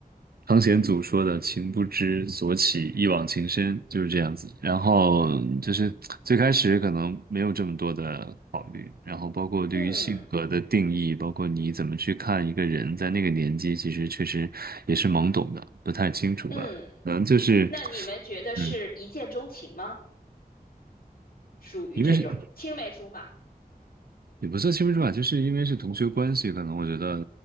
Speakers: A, on the right; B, on the left.
A: 汤显祖说的“情不知所起，一往情深”，就是这样子。然后就是最开始可能没有这么多的考虑，然后包括对于性格的定义，
B: 嗯
A: 包括你怎么去看一个人，在那个年纪，其实确实也是懵懂的，不太清楚吧。
B: 嗯，
A: 可能就是，
B: 那你们觉得是一见钟情吗？
A: 嗯，
B: 属于这种青梅竹马。
A: 因为是。也不算青竹吧，就是因为是同学关系，可能我觉得，